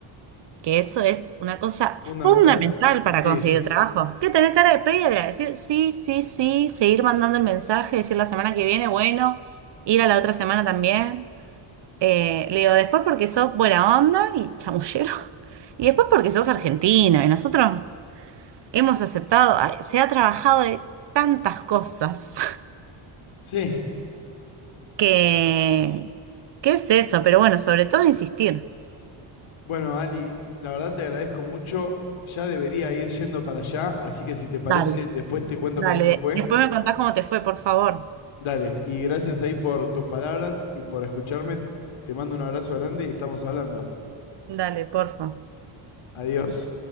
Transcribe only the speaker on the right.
que eso es una cosa
fundamental para
conseguir trabajo. Que tener cara de piedra, decir sí, sí, sí, seguir mandando el mensaje, decir la semana que viene, bueno, ir a la otra semana también. Eh, le digo, después porque sos buena onda y chamullero. Y después porque sos argentino y nosotros hemos aceptado, ay, se ha trabajado de tantas cosas
<laughs> que, ¿qué es eso? Pero bueno, sobre todo insistir.
Dale,
dale.
Después me contás cómo te fue, por favor.
Dale, porfa.